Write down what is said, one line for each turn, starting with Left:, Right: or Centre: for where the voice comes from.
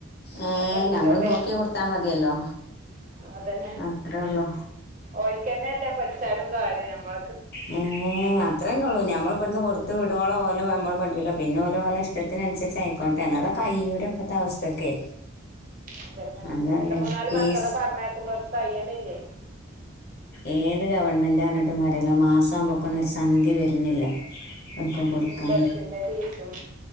Left: ഏഹ്
Right: പ പഠിപ്പിച്ചോട്ടെ
Left: നമ്മൾ നോക്കി കൊടുത്താ മതിയല്ലോ
Right: അതന്നെ
Left: അത്രേ ഉള്ളു
Right: ഓരിക്കന്നെല്ലേ പഠ കാര്യം നമ്മ
Left: മ് അത്രേ ഉള്ളൂ ഞമ്മൾ പെന്ന് കൊടൂത്ത് വിടവോളം ഓന് നമ്മള് പഠിപ്പിക്ക പിന്നെ ഓന് ഇഷ്ടത്തിനുരിച്ചു ആയിക്കോട്ട അല്ലാതെ കയ്യൂല ഇപ്പത്തെ അവസ്ഥക്കേ
Right: അതന്നെ
Left: അതല്ലേ
Right: രണ്ട മൂന്നാല്
Left: ഫീസ്
Right: മക്കളെ പറഞ്ഞേക്കുമ്പോ തയ്ണ ഇല്ലേ
Left: ഏത് ഗവൺമെന്റ്ഞ്ഞിട്ടും വരല്ലോ മാസ <unintelligible> സംഭവക്കണ ഒരു സംഖ്യ വരുന്നില്ല ഒതക്കെ
Right: ഉം
Left: കൊടുക്കൻ
Right: ബസിന്റെ ഫീസും